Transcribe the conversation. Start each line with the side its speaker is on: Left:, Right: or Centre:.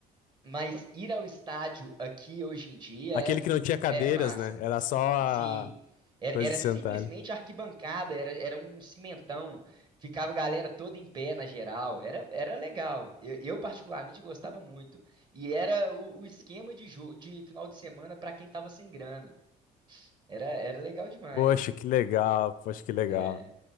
Right: mas ir ao estádio aqui hoje em dia
Left: Aquele
Right: é muito
Left: que não tinha cadeiras,
Right: é, é massa.
Left: né? Era só a
Right: E sim, era,
Left: coisa
Right: era
Left: de sentar
Right: simplesmente
Left: ali.
Right: arquibancada, era, era um cimentão, ficava a galera toda em pé na geral, era, era legal. Eu, eu particularmente gostava muito. E era o, o esquema de jogo de final de semana para quem tava sem grana. Era, era legal demais.
Left: Poxa,
Right: mano.
Left: que legal, poxa, que legal.
Right: É.